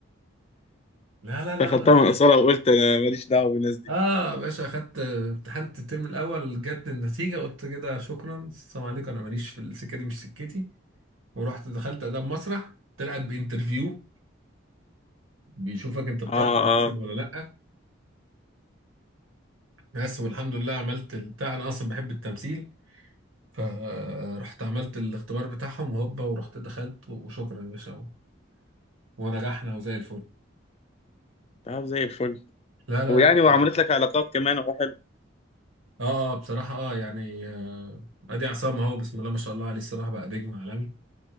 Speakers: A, on the right (about 80°); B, on the left (about 30°).
A: لا لا لا
B: دخلتها
A: لا لا
B: من قصيرها وقلت انا ماليش دعوه بالناس دي
A: اه يا باشا اخدت امتحنت الترم الاول جت النتيجه قلت كده شكرا السلام عليكم انا ماليش في السكه دي مش سكتي ورحت دخلت اداب مسرح طلعت بانترفيو بيشوفك انت بتعرف
B: اه
A: تمثل
B: اه
A: ولا لا بس والحمد لله عملت البتاع انا اصلا بحب التمثيل فرحت عملت الاختبار بتاعهم وهوبا ورحت دخلت وشكرا يا باشا و- ونجحنا وزي الفل
B: طب زي الفل
A: لا لا
B: ويعني
A: لا
B: وعملت لك علاقات كمان اهو حلو
A: اه آه، بصراحة اه يعني آه ادي عصام اهو بسم الله ما شاء الله عليه الصراحة بقى نجم عالمي